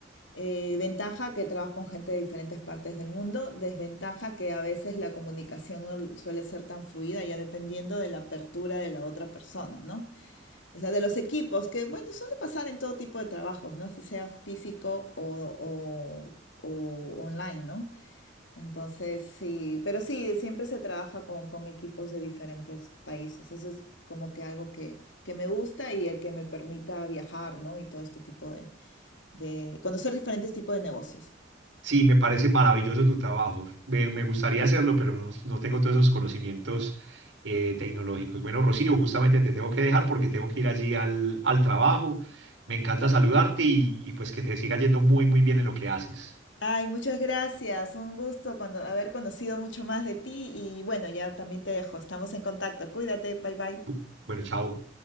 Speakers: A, on the left; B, on the right.
A: Eh, ventaja que trabajo con gente de diferentes partes del mundo, desventaja que a veces la comunicación no suele ser tan fluida, ya dependiendo de la apertura de la otra persona, ¿no? O sea, de los equipos, que bueno, suele pasar en todo tipo de trabajos, ¿no? Si sea físico o, o- o online, ¿no? Entonces, sí, pero sí, siempre se trabaja con, con equipos de diferentes países. Eso es como que algo que, que me gusta y el que me permita viajar, ¿no? Y todo este tipo de, de conocer diferentes tipos de negocios.
B: Sí, me parece maravilloso tu trabajo. Me, me gustaría hacerlo, pero no, no tengo todos esos conocimientos eh, tecnológicos. Bueno, Rocío, justamente te tengo que dejar porque tengo que ir allí al, al trabajo. Me encanta saludarte y, y pues que te siga yendo muy, muy bien en lo que haces.
A: Ay, muchas gracias. Un gusto cono- haber conocido mucho más de ti y bueno, ya también te dejo. Estamos en contacto. Cuídate. Bye bye.
B: Bu- Bueno, chao.